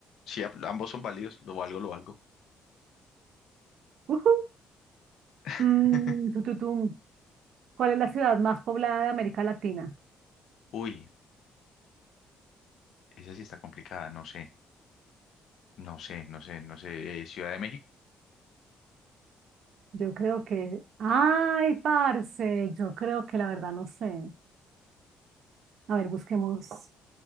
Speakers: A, on the left; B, on the right.
A: Sí, ab- ambos son válidos, lo valgo, lo valgo.
B: Ujú. Mm,
A: <laughs>
B: tu, tu, tum. ¿Cuál es la ciudad más poblada de América Latina?
A: Uy, esa sí está complicada, no sé, no sé, no sé, no sé. Eh, Ciudad de México,
B: Yo creo que... Ay, parce, yo creo que la verdad no sé. A ver, busquemos.